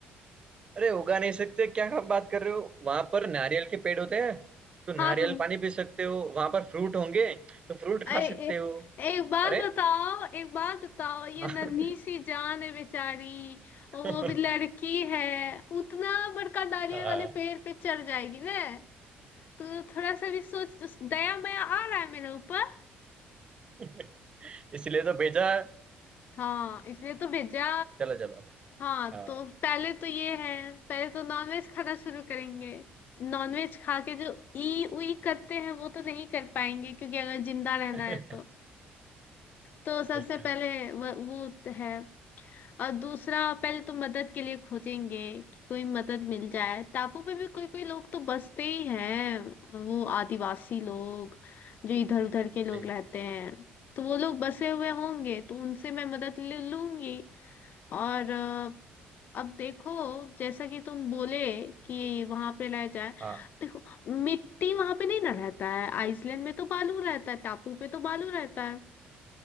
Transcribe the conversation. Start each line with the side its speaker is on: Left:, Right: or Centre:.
Right: अरे उगा नहीं सकते क्या आप बात कर रहे हो वहां पर नारियल के पेड़ होते हैं तो नारियल
Left: हाँ तो
Right: पानी पी सकते हो वहां पर फ्रूट होंगे तो फ्रूट खा
Left: ए, ए,
Right: सकते हो
Left: एक बात
Right: अरे
Left: बताओ एक बात बताओ ये
Right: हाँ
Left: नन्ही सी जान है बेचारी
Right: <laughs>
Left: और वो भी लड़की है उतना बड़का नारियल
Right: हाँ
Left: वाले पेड़ पे चढ़ जाएगी ना तो थोड़ा सा भी सोच दया माया आ रहा है मेरे ऊपर
Right: <laughs> इसलिए तो भेजा है।
Left: हाँ इसलिए तो भेजा
Right: चलो चलो
Left: हाँ
Right: हाँ
Left: तो पहले तो ये है पहले तो नॉनवेज खाना शुरू करेंगे नॉनवेज खा के जो ई उई करते हैं वो तो नहीं कर पाएंगे क्योंकि अगर जिंदा रहना
Right: <laughs>
Left: है तो तो सबसे
Right: बिल्कुल
Left: पहले वो, वो है और दूसरा पहले तो मदद के लिए खोजेंगे कि कोई मदद मिल जाए टापू पे भी कोई कोई लोग तो बसते ही हैं वो आदिवासी लोग जो इधर उधर के लोग
Right: जी
Left: रहते हैं तो वो लोग बसे हुए होंगे तो उनसे मैं मदद ले लूंगी और अ, अब देखो जैसा कि तुम बोले कि वहां पे रह जाए
Right: हाँ
Left: देखो मिट्टी वहां पे नहीं ना रहता है आइसलैंड में तो बालू रहता है टापू पे तो बालू रहता है